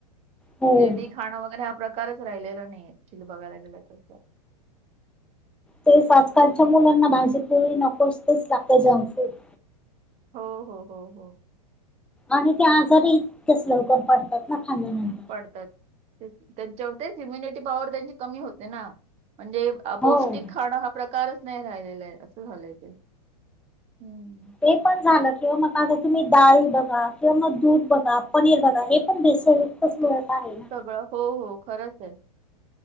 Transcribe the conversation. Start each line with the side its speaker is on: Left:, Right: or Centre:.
Centre: हो
Right: हेल्दी खाणं वगैरे हा प्रकारच राहिलेला नाही. एक्चुली बघायला गेलं तसं.
Centre: तेच आजकालच्या मुलांना भाजी पोळी नको असते <unintelligible>
Right: हो, हो, हो, हो.
Centre: आणि ते आजार
Right: हम्म.
Centre: इतकेच लवकर पडतात ना खाल्ल्यानंतर.
Right: पडतात. त्यांच्यावर तेच इम्युनिटी पॉवर त्यांची कमी होते ना. म्हणजे -- पौष्टिक
Centre: हो
Right: खाणं हा प्रकारच नाही राहिलेला हे असं झालंय ते. हम्.
Centre: ते पण झालं किंवा मग आता तुम्ही डाळी बघा किंवा मग दूध बघा. पनीर बघा हे पण भेसळयुक्तच मिळत आहे ना.
Right: सगळं. हो. हो. खरंच हाय.